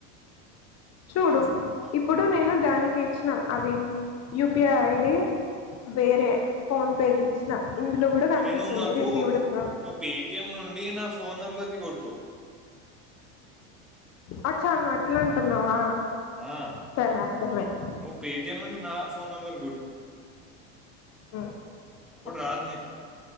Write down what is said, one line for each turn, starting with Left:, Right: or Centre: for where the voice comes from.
Left: చూడు
Centre: చాలా సార్లు చూసి.
Left: ఇప్పుడు నేను దానికిచ్చిన అవి యూపిఐ ఐడి వేరే ఫోన్పేది ఇచ్చిన ఇందులో కూడా కనిపిస్తుంది
Centre: అరే నువ్వ్ నాకు
Left: రిసీవ్డ్ ఫ్రమ్
Centre: నువ్వ్ పేటిఎం నుండి నా ఫోన్ నంబర్ కి కొట్టు
Left: అచా నువ్వు అట్ల అంటున్నావా
Centre: ఆ
Left: సరే అర్థమైంది
Centre: నువ్వు పేటిఎం నుండి నా ఫోన్ నంబర్కి కొట్టు
Left: ఉమ్,
Centre: అప్పుడు
Left: ఓకే
Centre: రాదు నీకు